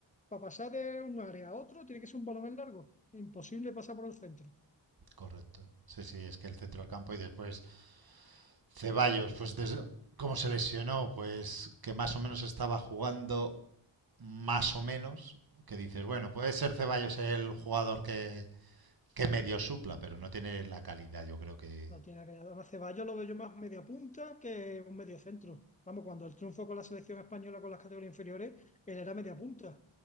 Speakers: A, on the left; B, on the right.
A: para pasar de un área a otro, tiene que ser un balón en largo. Imposible pasar por el centro.
B: Correcto. Sí, sí, es que el centro del campo y después Ceballos, pues desde, como se lesionó, pues que más o menos estaba jugando más o menos, que dices, bueno, puede ser Ceballos el jugador que, que medio supla, pero no tiene la calidad, yo creo que...
A: No
B: <laughs>
A: tiene que Además, Ceballos lo veo yo más media punta que un medio centro. Vamos, cuando el triunfo con la selección española con las categorías inferiores, él era media punta.